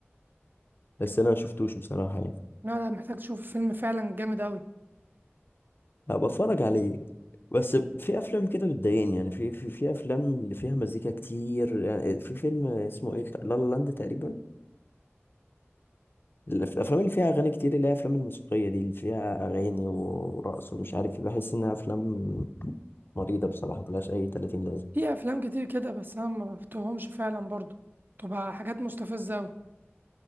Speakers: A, on the left (about 55°); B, on the right (about 45°).
A: بس انا ما شفتوش بصراحه يعني
B: لا لا محتاج تشوف فيلم فعلا جامد اوي
A: هبقى اتفرج عليه بس في افلام كده بتضايقني يعني في في في افلام اللي فيها مزيكا كتير يعني في فيلم اسمه ايه لا لا لاند تقريبا الأف- الافلام اللي فيها اغاني كتير اللي هي افلام الموسيقيه دي اللي فيها اغاني و- ورقص ومش عارف إيه، بحس انها افلام مريضه بصراحه ملهاش اي 30 لازمه
B: في افلام كتير كده بس انا ما بفتهمش فعلا برضو تبقى حاجات مستفزة اوي